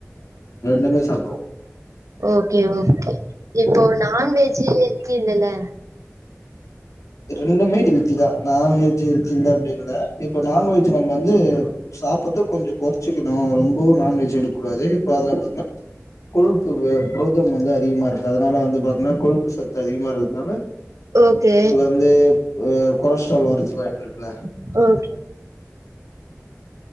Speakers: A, on the left (about 80°); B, on the right (about 85°).
A: ரெண்டுமே சாப்பிடுவோ
B: ஓகே ஓகே இப்போ நான்வெஜ் எடுப்பீங்க இல்ல
A: ரெண்டுமே ஹெல்தி தா நான்வெஜ் ஹெல்தி இல்ல அப்படின்னுல இப்ப நான்வெஜ் நம்ம வந்து சாப்புட்டு கொஞ்சோ குறைச்சிக்கணு ரொம்பவு நான்வெஜ் எடுக்க கூடாது இப்ப அத பாங்க கொழுப்பு வ புரோதம் வந்து அதிகமா இருக்கு அதனால வந்து பாத்தீன்னா கொழுப்பு சத்து அதிகமா இருக்கிறதுனால
B: ஓகே
A: இந்தே கொ கொலஸ்ட்ரால் வரத்துக்கு வாய்ப்பு இருக்குல
B: ஓகே